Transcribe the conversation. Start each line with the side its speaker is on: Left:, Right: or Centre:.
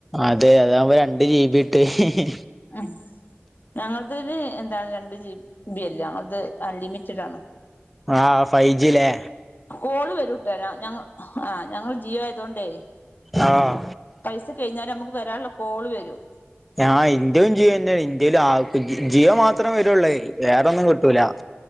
Centre: അതെ അതാകുമ്പോ രണ്ട് ജീബി കിട്ടും
Left: ഉ ഞങ്ങൾതയില് എന്താണ് രണ്ട് ജി ബി അല്ല, ഞങ്ങൾത് അൺലിമിറ്റഡ് ആണ്.
Centre: ആഹ ഫൈവ് ജിലെ?
Left: കോള് വരുംട്ടാരാ ഞങ്ങള് ആ ഞങ്ങള് ജിയോ ആയതോണ്ടേ.
Centre: ആഹ്
Left: പൈസ കഴിഞ്ഞാലും നമുക്ക് വരാനുള്ള കോള് വരും.
Centre: ആ ഇന്റെവും ജിയോ തന്നെയാണേ ഇന്റെൽ ആ ജിയോ മാത്രേ വരുള്ളേ വേറെ ഒന്നും കിട്ടൂല. അ <inaudible>